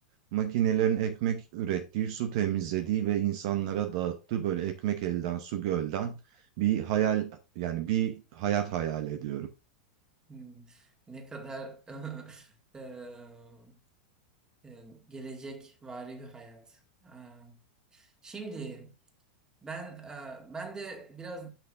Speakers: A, on the right (about 60°); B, on the right (about 20°).
A: makinelerin ekmek ürettiği, su temizlediği ve insanlara dağıttığı böyle ekmek elden su gölden bir hayal yani bir hayat hayal ediyorum.
B: Hmm, Ne kadar <laughs> eee, e, gelecek vari bir hayat. Aa, Şimdi ben e, ben de biraz